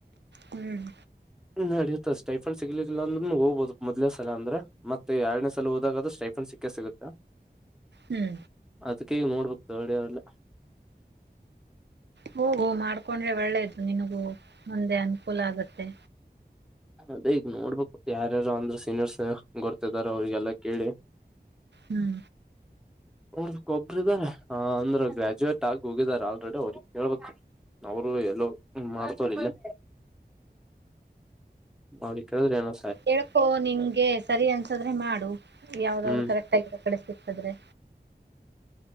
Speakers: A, on the right; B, in the centre.
A: ಹ್ಮ್
B: ನಡೆಯುತ್ತಾ ಸ್ಟೈಫನ್ ಸಿಗ್ಲಿಲ್ಲಾ ಅಂದ್ರೂನು ಹೋಗ್ಬಹುದು ಮೊದಲನೆ ಸಲಾ ಅಂದ್ರೆ ಮತ್ತೆ ಎರನೇ ಸಲ ಹೋದಾಗಾದ್ರೆ ಸ್ಟೈಫಂಡನ್ ಸಿಕ್ಕ ಸಿಗುತ್ತೆ
A: ಹ್ಮ್
B: ಅದಕ್ಕೆೇ ಈಗ ನೋಡ್ಬೇಕ ತರ್ಡಇಯರ್ ಅಲ್ಲೇ
A: ಹೋ ಹೋ ಮಾಡ್ಕೊಂಡ್ರೆ ಒಳ್ಳೇದು ನಿನಗೂ ಮುಂದೆ ಅನುಕೂಲ ಆಗತ್ತೆ
B: ಅದೇ ಈಗ ನೋಡ್ಬೇಕು ಯಾರ್ಯಾರು ಅಂದ್ರ ಸೀನಿಯರ್ಸ್ ಗೊರ್ತಿದಾರ ಅವ್ರಿಗೆಲ್ಲ ಕೇಳಿ
A: ಹ್ಮ್
B: ನಡಕ್ ಒಬ್ರ ಇದಾರ ಅಂದ್ರ ಗ್ರಾಜುಯೇಟ್ ಆಗಿ ಹೋಗಿದಾರ ಆಲ್ರೆಡಿ ಅವ್ರ ಕೇಳ್ಬೇಕ ಅವರು ಎಲ್ಲೋ ಮಾಡ್ತಾವ್ರೆ ಇಲ್ಲೆ ಅವನಿಗ ಕೇಳಿದ್ರ ಏನೋ
A: ಹೇಳ್ಕೊ ನಿಂಗೆ ಸರಿ ಅನ್ಸದ್ರೆ ಮಾಡು ಯಾವ್ದಾವ್ದು
B: ಹ್ಮ್
A: ಕರೆಕ್ಟ್ ಆಗಿರೋ ಕಡೆ ಸಿಕ್ರೆ ಸಿಕ್ಕಿದ್ರೆ